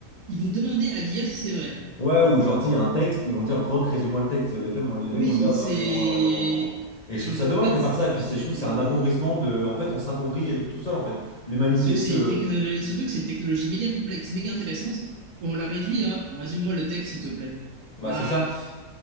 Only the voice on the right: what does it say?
ils vont demander à l'IA si c'est vrai.
Oui,
c'est
on
de-
en fait
c'est-
surtout que
c'est une technologie, surtout que c'est une technologie méga complexe, méga intéressante, et on la réduit à résume-moi le texte s'il te plaît.
Bah,
pff,